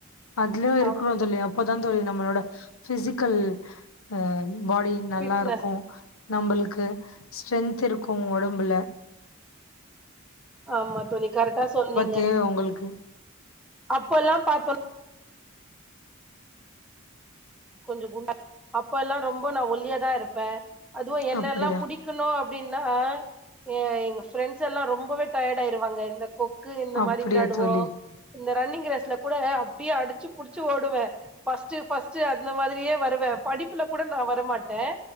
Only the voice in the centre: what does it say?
ஆமா
ஃபிட்னஸ்
ஆமா தோழி கரெட்டா சொன்னிங்க
அப்ப எல்லா பாத்தோன கொஞ்ச குண்டா அப்போ எல்லா ரொம்ப நா ஒல்லியதா இருப்பே அதுவு என்னெல்லா
புடிக்கணு அப் அப்டின்னா எ எங்க ஃபிரெண்ட்ஸ் எல்லா ரொம்பவே டயர்டா ஆயிருவாங்க இந்த கொக்கு இந்த
மாரி வெளையாடுவோ
இந்த ரன்னிங் ரேஸ்ல கூட அப்டியே அடிச்சு புடிச்சு ஓடுவே பர்ஸ்ட்டு பர்ட்ஸ் இந்த மாதிரியே வருவே படிப்புல கூட நா வரமாட்டே